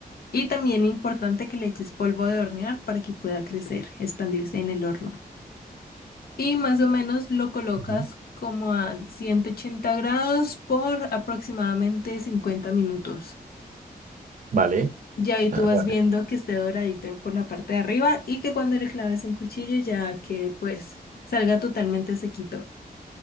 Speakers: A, on the left (about 70°); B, on the right (about 55°).
A: Y también importante que le eches polvo de hornear para que pueda crecer, expandirse en el horno. Y más o menos lo colocas
B: Ujú.
A: como a 180 grados por aproximadamente 50 minutos.
B: Vale,
A: Ya ahí
B: ah,
A: tú vas
B: vale.
A: viendo que esté doradito por la parte de arriba y que cuando le claves un cuchillo ya que pues salga totalmente sequito.